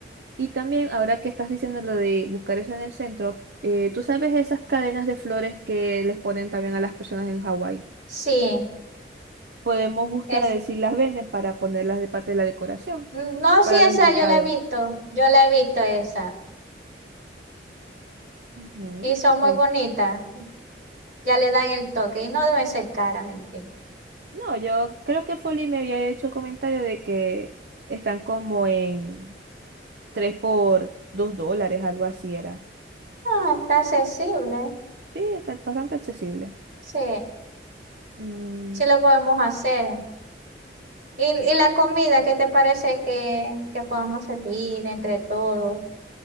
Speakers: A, on the right; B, on the right.
A: Y también, ahora que estás diciendo lo de buscar eso en el centro, eh, ¿tú sabes esas cadenas de flores que les ponen también a las personas en Hawái?
B: Sí,
A: Podemos buscar
B: es,
A: a ver si las venden para ponerlas de parte de la decoración,
B: no, sí,
A: para
B: esa
A: los invitados.
B: yo la he visto. Yo la he visto esa.
A: Ujú.
B: Y son muy
A: Bueno,
B: bonitas. Ya le dan el toque. Y no deben ser caras. ¿viste?
A: no, yo creo que Folly me había hecho el comentario de que están como en 3 por 2 dólares, algo así era.
B: Ah, está accesible.
A: Sí, está bastante accesible.
B: Sí,
A: Mm,
B: sí lo podemos hacer. ¿Y, y la comida, qué te parece que, que podamos servir entre todos?